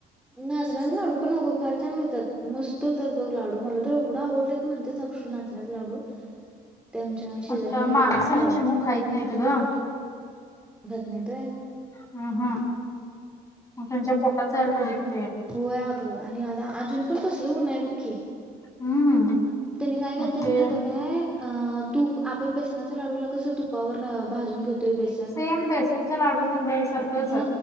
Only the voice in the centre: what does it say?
नाचण्याचे लाडू पण अगं फार छान होतात मस्त होतात बघ लाडू मला तर एवढं आवडलेत म्हणते अक्षु नाचण्याचे लाडू ते आमच्या शेजाऱ्यांनी
दिलेले
परवा
नाहीेत व्हय
हो ग आणि आता अजून पण कस सलूून आहे पकीी
त्याने काय केलते
माहित काय तू आपण बेस् लाडूला कस तुपवर आप भाजून घेतोय बेसन
हा